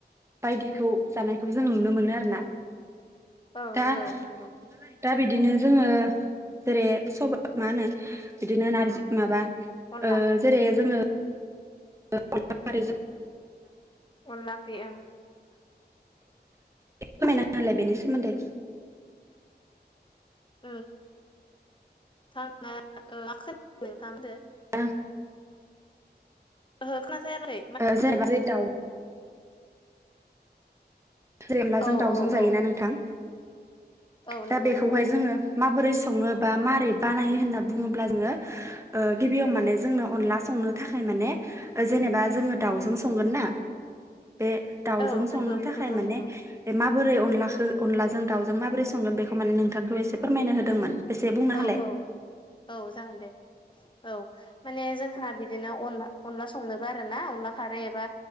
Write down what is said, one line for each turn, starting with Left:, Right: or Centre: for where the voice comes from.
Right: बायदिखौ जानायखौ जों नुनो मोनो आरोना
Left: औ
Right: दा
Left: नंगौ
Right: <unintelligible>
Left: नंगौ
Right: दा बिदिनो जोङो जेरै सबा मा होनो बिदिनो नारजि माबा
Left: अनला
Right: ओ जेरै जोङो <unintelligible> <unintelligible>
Left: अनला ओंख्रि ओं
Right: फोरमायना होलाय बेनि सोमोन्दै
Left: उम थारा <unintelligible> नोंथामदो
Right: दा
Left: ओहो खोना फायाखै
Right: ओ जेनबा जे दाउ जेरै अनलाजों
Left: औ
Right: दाउजों
Left: औ औ
Right: जायोना नोंथां
Left: औ
Right: दा
Left: नंगौ
Right: बेखौहाय
Left: नंगौ
Right: जोङो माबोरै सङो बा मारै बानायो होनना बुङोब्ला जोङो ओ गिबियाव माने जोंनो अनला संनो थाखाय माने जेनेबा जोङो दाउजों संगोन ना बे दाउजों
Left: औ
Right: संनो
Left: नंगौ
Right: थाखाय
Left: नंगौ
Right: माने
Left: नंगौ
Right: बे माबोरै अनलाखौ अनलाजों दाउजों माबोरै संगोन बेखौ माने नोंथांखौ एसे फोरमायनो होदोंमोन एसे बुंना
Left: औ
Right: होलाय
Left: औ औ जागोन दे। औ माने जोंहा बिदिनोन अनला संनोबो आरो ना अनला खारै एबा